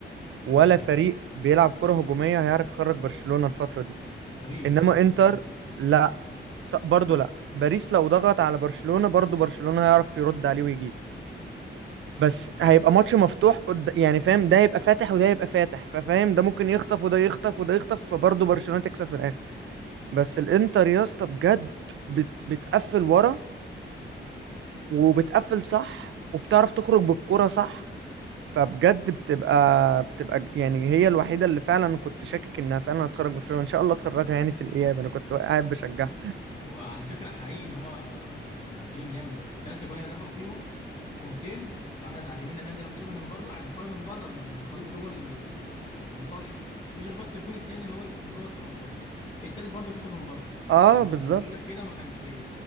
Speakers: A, on the right (about 80°); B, on the left (about 35°).
A: ولا
B: امم
A: فريق بيلعب كره هجوميه هيعرف يخرج برشلونه الفتره دي
B: باريس
A: انما
B: باريس باريس
A: انتر
B: ممكن
A: لا س- برضه لا باريس لو ضغط على برشلونه برضه برشلونه هيعرف يرد عليه ويجيب بس
B: مم.
A: هيبقى ماتش مفتوح قد... يعني فاهم ده يبقى فاتح وده يبقى فاتح ففاهم ده ممكن يخطف وده يخطف وده يخطف فبرضه برشلونه تكسب في الاخر بس الانتر يا اسطى بجد بت... بتقفل ورا وبتقفل صح وبتعرف تخرج بالكرة صح فبجد بتبقى بتبقى ج- يعني هي الوحيده اللي فعلا كنت شاكك انها فعلا هتخرج من الشغل ان شاء الله تخرجها يعني في الاياب انا كنت قاعد بشجعها
B: وعلى فكره حقيقي ان هما مقفلين جامد بس الثلاثه جوان اللي دخلوا فيهم كورتين واحده بتاعت يمين لمال دي لما شاطها من بره يعني الكوره من بره ما ما دخلوش جوه ال ال 18 مفيش غير بس الجون التاني اللي هو اللي من جوه ال 18 التالت برضه شاطها من بره
A: اه
B: يعني
A: بالظبط
B: لولا كده ما كانش ما